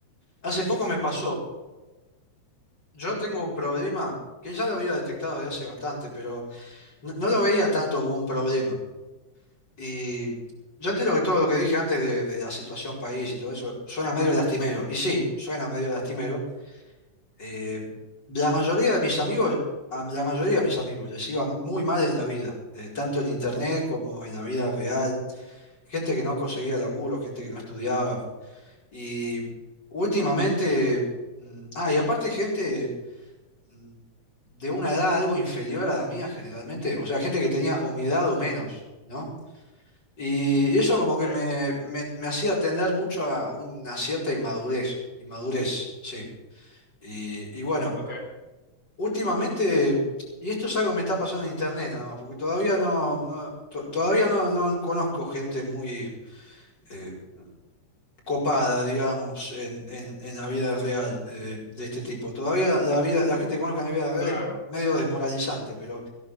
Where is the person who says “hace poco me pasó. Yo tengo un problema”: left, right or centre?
Left